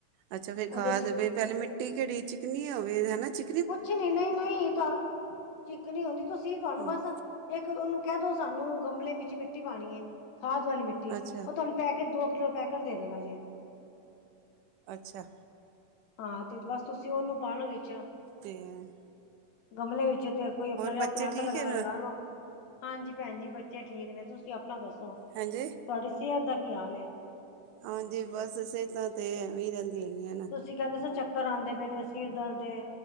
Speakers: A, on the right; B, on the left.
A: ਅੱਛਾ ਫਿਰ
B: ਉਹਦੇ
A: ਖਾਦ
B: ਚ
A: ਵੀ ਪੈਲੇ ਮਿੱ ਟੀ ਕੇੜੀ ਚਿਕਨੀ ਹੋਵੇ ਹੈਨਾ ਚਿ
B: ਕੁਛ ਨੀ, ਨਈ -ਨਈ ਤੁਆ ਚਿਕਨੀ ਹੁੰਦੀ, ਤੁਸੀ ਤੁਆਨੂੰ
A: ਹੂੰ
B: ਬਸ ਇੱਕ, ਓਨੂੰ ਕੇਹ ਦੋ, ਸਾਨੂੰ ਗਮਲੇ ਵਿੱਚ ਮਿੱਟੀ ਪਾਣੀ ਏ, ਖਾਦ ਵਾਲੀ ਮਿੱਟੀ,
A: ਅੱਛਾ
B: ਉਹ ਤੁਆਨੂੰ ਪੈਕੇਟ, ਦੋ ਕਿਲੋ ਪੈਕੇਟ ਦੇ ਦੇਗਾ ਜੇ।
A: ਅੱਛਾ।
B: ਹਾਂ ਤੇ ਬਸ ਤੁਸੀਂ ਔਨੂੰ ਪਾ ਲੋ ਵਿੱਚ
A: ਤੇਂ
B: ਗਮਲੇ ਵਿੱਚ ਤੇ ਕੋਈ ਆਪਣਾ ਜਿ
A: ਬੱਚੇ
B: ਪਲਾਂਟ
A: ਠੀਕ
B: ਲਗਾਣਾ
A: ਹੈ ਨਾ
B: ਲਗਾ ਲੋ। ਹਾਂਜੀ ਭੈਣਜੀ ਬੱਚੇ ਠੀਕ ਨੇ, ਤੁਸੀਂ ਅਪਣਾ ਦੱਸੋ ਤੁਆਡੀ
A: ਹਾਂਜੀ
B: ਸਿਯਤ ਦਾ ਕੀ ਹਾਲ ਏ।
A: ਹਾਂਜੀ, ਬਸ ਇਸੇ ਤਾਂ ਤੇ ਐਂਵੇਈ ਰੈਂ ਦੇਨੀਆਂ ਨ <unintelligible>
B: ਤੁਸੀਂ ਕੈਂਦੇ ਸੀ ਚੱਕਰ ਆਦੇ ਪਏ ਨੇ, ਸਿਰ ਦਰਦ ਏ।